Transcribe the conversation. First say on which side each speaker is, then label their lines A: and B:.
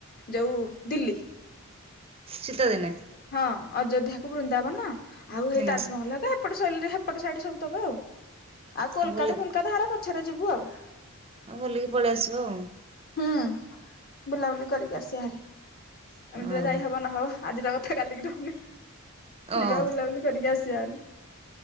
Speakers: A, on the left (about 45°); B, on the right (about 25°).
A: ଯୋଉ ଦିଲ୍ଲୀ।
B: ଶୀତ ଦିନେ?
A: ହଁ ଅଯୋଧ୍ୟା କୁ ବୃନ୍ଦାବନ ଆଉ ହେଇ
B: ହୁଁ
A: ତାଜମହଲ କା ହେପଟ ସଇଲେ ହେପଟ ସାଇଟ୍ ସବୁ ତକ ଆଉ ଆଉ କୋଲକାତା
B: ହଁ ବୁଲିକି
A: ଫୋଲକାତା ହାରା ପଛରେ ଯିବୁ ଆଉ।
B: ହଁ ବୁଲିକି ପଳେଇ ଆସିବ ଆଉ।
A: ହୁଁ ବୁଲାବୁଲି କରିକି ଆସିଆ ହାରି।
B: ଆଉ
A: ଏମିତିରେ ଯାଇ ହବ ନହବ ଆଜିର କଥା କାଲିକି ରହୁନି
B: ଓ
A: ଯିବା
B: ଓ
A: ବୁଲାବୁଲି କରିକି ଆସ ସାରି